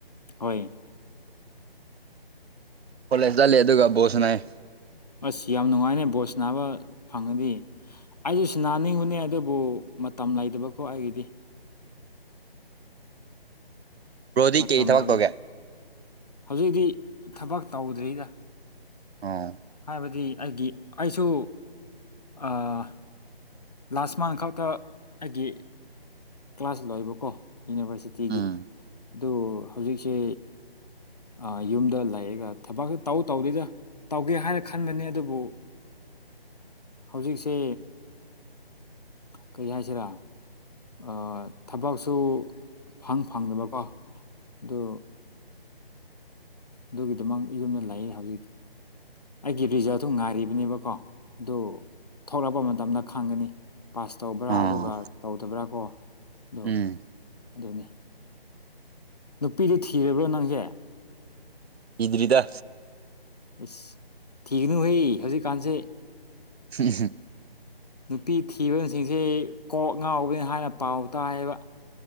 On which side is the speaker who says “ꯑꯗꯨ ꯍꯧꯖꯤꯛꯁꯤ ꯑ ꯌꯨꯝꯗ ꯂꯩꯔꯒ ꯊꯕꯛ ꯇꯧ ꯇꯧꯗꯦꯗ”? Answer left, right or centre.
Left